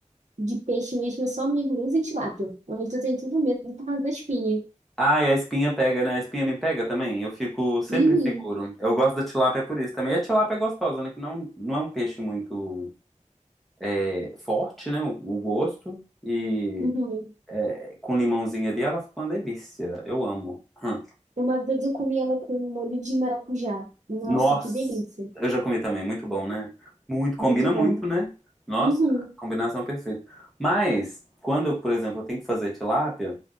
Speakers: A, on the right; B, in the centre.
A: de peixe mesmo é só merluza e tilápia. O resto eu tenho tudo medo por causa da espinha.
B: Ai, a espinha pega, né? A espinha me pega também. Eu fico sempre
A: Uhum,
B: inseguro. Eu gosto da tilápia por isso também. E a tilápia é gostosa, né? Que não, não é um peixe muito é, forte, né? O, o gosto. E
A: uhum.
B: é, com limãozinho ali, ela fica uma delícia. Eu amo. Hum.
A: Uma vez eu comi ela com molho de maracujá. Nossa,
B: Nossa,
A: que delícia.
B: eu já comi também, muito bom, né? Muito, combina
A: Muito bom.
B: muito, né? Nossa,
A: Uhum,
B: combinação perfeita. Mas, quando, eu, por exemplo, eu tenho que fazer tilápia,